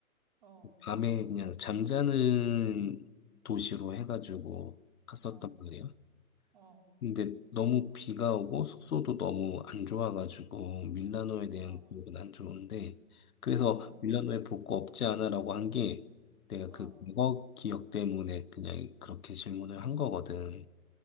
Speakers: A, on the right (about 30°); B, on the left (about 75°).
A: 어,
B: 밤에 그냥 잠자는 도시로 해가지고 갔었단
A: 어,
B: 말이야.
A: 어,
B: 근데 너무 비가 오고 숙소도 너무 안 좋아가지고 밀라노에 대한
A: 어,
B: 기억은 안 좋은데 그래서
A: 어,
B: 밀라노에 볼 거 없지 않아라고 한 게 내가
A: 어.
B: 그 과거 기억 때문에 그냥 그렇게 질문을 한 거거든.